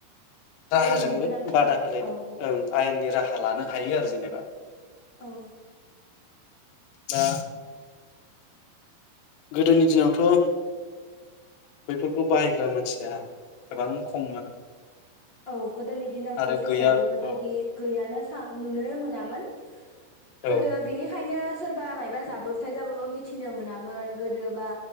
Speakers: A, on the left; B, on the left.
A: राहाजोंबो
B: आइ एनि गोनां थिर
A: बादा होलायनो
B: औ
A: ओं
B: औ।
A: आयेननि राहा लानो हायो आरो जेनेबा
B: औ।
A: दा गोदोनि दिनावथ' बैफोरखौ बाहायग्रा मानसिया गोबां खममोन।
B: औ गोदोनि दिनावथ'
A: आरो
B: जोंनिया
A: गैया
B: बेफोरबायदि
A: औ
B: गैयानो स <unintelligible> नुनोनो मोनामोन। गोदो
A: औ
B: बिनिखायनो सोरबा मायबा जाब्रबथाय जाबाबो मिथिनो मोनामोन गोदोबा